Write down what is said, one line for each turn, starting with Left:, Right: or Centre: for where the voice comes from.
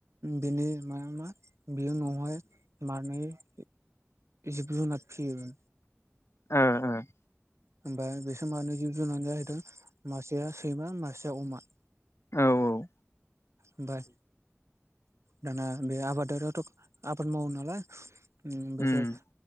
Right: बिनि <unintelligible> जिब जुनार फिसियो
Left: <inaudible>
Right: होनबा बेसोर मानो जिब जुनार जाहैदों मासेया सैमा मासेया अमा
Left: औ औ
Right: ओमफ्राय दाना बे आबादारिआथ' आबाद मावो नालाय बेसोर
Left: उम